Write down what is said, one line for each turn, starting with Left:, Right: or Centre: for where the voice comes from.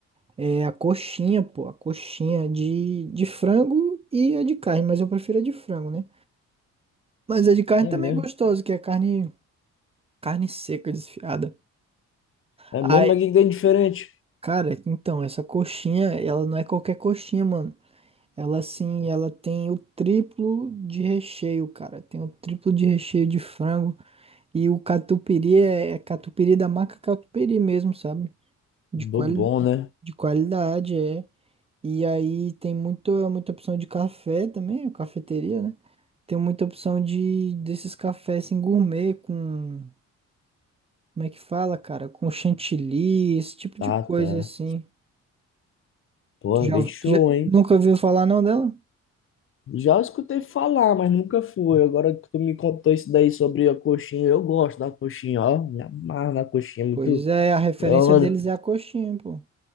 Right: É a coxinha, pô, a coxinha de, de frango e a de carne, mas eu prefiro a de frango, né? Mas a de carne
Left: É
Right: também
Left: mesmo.
Right: é gostosa, que é carne, carne seca, desfiada.
Left: É
Right: Ai,
Left: mesmo, mas o que que tem de diferente?
Right: cara, então, essa coxinha, ela não é qualquer coxinha, mano. Ela, assim, ela tem o triplo de recheio, cara. Tem o triplo de recheio de frango. E o catupiry é, é catupiry da marca catupiry mesmo, sabe? De,
Left: Do
Right: quali,
Left: bom, né?
Right: de qualidade, é. E aí tem muito, muita opção de café também, a cafeteria, né? Tem muita opção de desses cafés assim, gourmet com, como é que fala, cara? Com chantilly, esse tipo
Left: Tá,
Right: de coisa
Left: tá.
Right: assim.
Left: Pô,
Right: Tu já,
Left: bem
Right: ouvi-
Left: show,
Right: tu já-
Left: hein?
Right: nunca ouviu falar não dela?
Left: Já escutei falar, mas nunca fui. Agora que tu me contou isso daí sobre a coxinha, eu gosto da coxinha, ó. Me amarro na coxinha, é muito.
Right: Pois é, a referência
Left: É uma
Right: deles é a coxinha, pô.